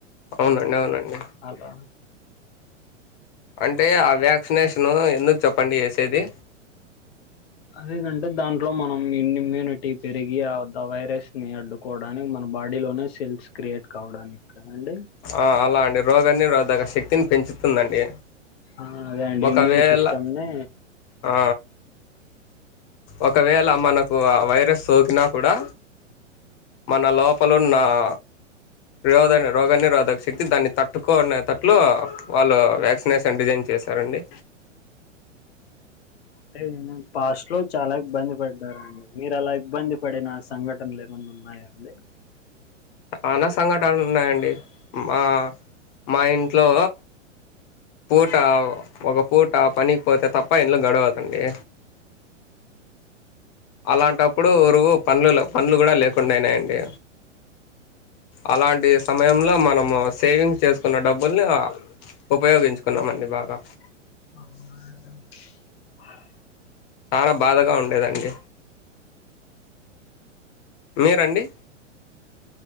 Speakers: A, on the left; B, on the left.
A: అవునండి అవునండి
B: అలా
A: అంటే ఆ వ్యాక్సినేషను ఎందుకు చెప్పండి ఏసేది
B: అదేందంటే దాంట్లో మనం ఇమ్యూనిటీ పెరిగి ఆ వైరస్ ని అడ్డుకోవడానికి మన బాడీలోనే సెల్స్ క్రియేట్ కావడానికి కదండి
A: ఆ అలా అండి రోగాన్ని రోధక శక్తిని పెంచుతుందండి
B: ఆ అదే అండి
A: ఒకవేళ
B: ఇమ్యూన్ సిస్టమ్ని
A: ఆ ఒకవేళ మనకు ఆ వైరస్ సోకినా కూడా మన లోపల ఉన్న ఆ రొద రోగనిరోధక శక్తి దాన్ని తట్టుకునేటట్లు వాళ్ళు వ్యాక్సినేషన్ డిజైన్ చేశారండి.
B: తె నే పాస్ట్ లో చాలా ఇబ్బంది పడ్డారండి మీరు అలా ఇబ్బంది పడిన సంఘటనలు ఏమన్న ఉన్నాయా అండి
A: చాన సంఘటనలు ఉన్నాయండి మా మా ఇంట్లో పూట ఒక పూట పనికినికి పోతే తప్ప ఇల్లు గడవదండి అలాంటప్పుడు ఉరువు పన్లు లెవ్ పన్లు కూడ లేకుండ అయినాయండి అలాంటి సమయంలో మనము సేవింగ్స్ చేసుకున్న డబ్బుల్ని ఉపయోగించ్ చుకున్నామండి బాగా
B: <unintelligible>
A: చాల బాధగ ఉండేదండి. మీరండి